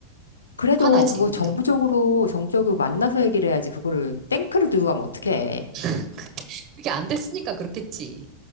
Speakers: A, on the left (about 75°); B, on the right (about 35°).
A: 그래도
B: 화나지,
A: 그거
B: 우리도.
A: 정부적으로, 정부적으로 만나서 얘기를 해야지. 그거를 탱크를 들고 가면 어떡해.
B: <laughs> 그게 안 됐으니까 그렇겠지.